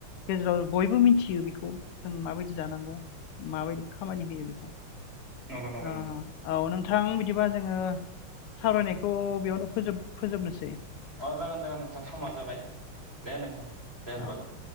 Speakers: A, on the left; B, on the right.
A: गेजेराव बयबो मिथियो बेखौ जों माबायदि जानांगौ माबायदि खामानि होयो बेखौ
B: नंगौ नंगौ
A: औ
B: नोंथां
A: नोंथ ां बिदिबा जोङो सावरायनायखौ बेयावनो फोजोब फोजोबनोसै
B: अ जागोन-जागोन नोंथां समा जाबाय दे नोंथां दे होमबालाय
A: औ